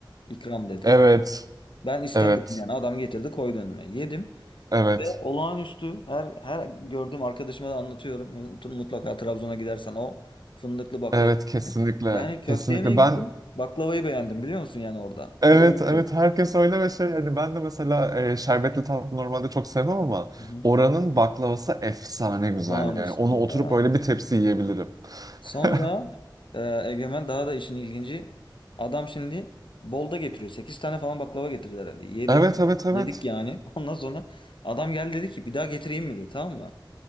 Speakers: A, on the left (about 85°); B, on the right (about 50°).
A: İkram dedi.
B: Evet.
A: Ben istemedim
B: Evet.
A: yani. Adam getirdi koydu önüme. Yedim.
B: Evet.
A: Ve olağanüstü her her gördüğüm arkadaşıma da anlatıyorum. Mut- Mutlaka Trabzon'a gidersen o fındıklı baklava.
B: Evet kesinlikle.
A: Yani köfte
B: Kesinlikle.
A: yemeye gittim.
B: Ben
A: Baklavayı beğendim biliyor musun yani orada.
B: Evet,
A: Öyle bir
B: evet
A: şey.
B: herkes öyle ve şey hani ben de mesela e, şerbetli tatlı normalde çok sevmem ama
A: Hı hı.
B: oranın baklavası efsane
A: Olağanüstü
B: güzel yani onu
A: ya.
B: oturup böyle bir tepsi yiyebilirim.
A: Sonra
B: <laughs>
A: e, Egemen daha da işin ilginci. Adam şimdi bolda getiriyor. sekiz tane falan baklava getirdi herhalde. Yedim.
B: Evet, evet, evet,
A: Yedik yani. <laughs> Ondan sonra adam geldi dedi ki bir daha getireyim mi dedi tamam mı?